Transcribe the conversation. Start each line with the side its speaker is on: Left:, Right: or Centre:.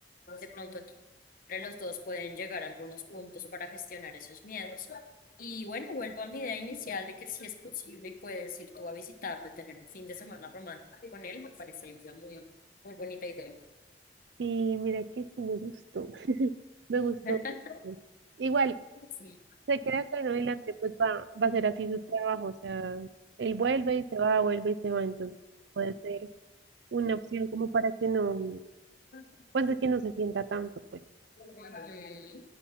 Left: De pronto entre los dos pueden llegar a algunos puntos para gestionar esos miedos. Y bueno, vuelvo a mi idea inicial de que si es posible y puedes ir tú a visitarlo y tener un fin de semana romántico con él, me parece una muy, muy bonita idea.
Right: Y mira que sí me gustó, <laughs> me gustó.
Left: <laughs>
Right: mucho. Igual,
Left: Sí.
Right: se queda acá en adelante, pues va, va a ser así su trabajo, o sea, él vuelve y se va, vuelve y se va, entonces puede ser una opción como para que no,
Left: Ok.
Right: pues de que no se sienta tanto, pues.
Left: Ujú.